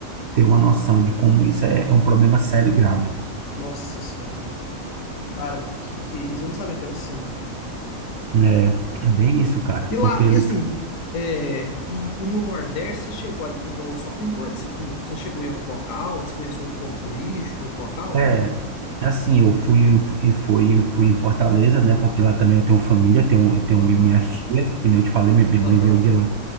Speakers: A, on the right; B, on the left.
A: ter uma noção de como isso é, é um problema sério e grave.
B: Nossa Senhora. Cara, que que é isso? Eu não sabia que era assim.
A: É, é bem isso, cara,
B: E lá,
A: porque ele
B: e assim, é, e, e no Nordeste, você chegou aí, igual, eu só fui em Porto Seguro. Você chegou em outro local? Você conheceu outro ponto turístico, outro local?
A: é é assim, eu fui em- em- fui em- fui em Fortaleza, né? Porque lá também eu tenho família, tenho eu tenho
B: Aham,
A: mi- minhas tias, que nem eu te falei, minha minha
B: aham,
A: mãe veio de lá.